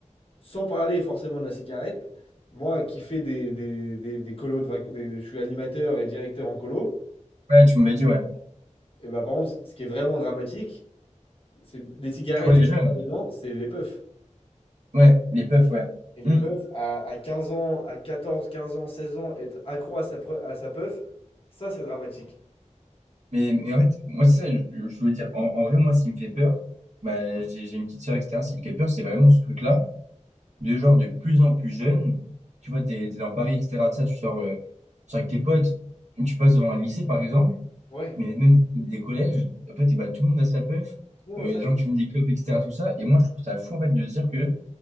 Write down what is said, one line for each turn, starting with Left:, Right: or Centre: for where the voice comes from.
Left: sans parler forcément de la cigarette, moi qui fais des, des, des, des colos de vac- des- je suis animateur et directeur en colo,
Right: Ouais, tu m'avais dit, ouais.
Left: et bah par contre, ce qui est vraiment dramatique, c'est les cigarettes,
Right: Tu vois les
Left: ils sont
Right: jeunes?
Left: pas dedans, c'est les puffs.
Right: Ouais, les puffs, ouais.
Left: Et les
Right: Hmm.
Left: puffs, à, à 15 ans, à 14, 15 ans, 16 ans, être accro à sa, pre- à sa puff, ça c'est dramatique.
Right: Mais, mais en fait, moi, c'est ça, je, je voulais dire, en, en vrai, moi, ce qui me fait peur, bah, j'ai j'ai une petite soeur, etc. Ce qui me fait peur, c'est vraiment ce truc-là. de genre de plus en plus jeunes. Tu vois, t'es, t'es dans Paris, etc. de Ça, tu sors, euh, tu sors avec tes potes, tu passes devant un lycée, par exemple,
Left: Ouais.
Right: mais même des, des collèges, en fait, et bah, tout le monde a sa puff,
Left: Tout le monde
Right: euh,
Left: a sa
Right: il gens
Left: puff.
Right: qui fument des clopes, etc. tout ça. Et moi, je trouve ça fou, en fait, de se dire que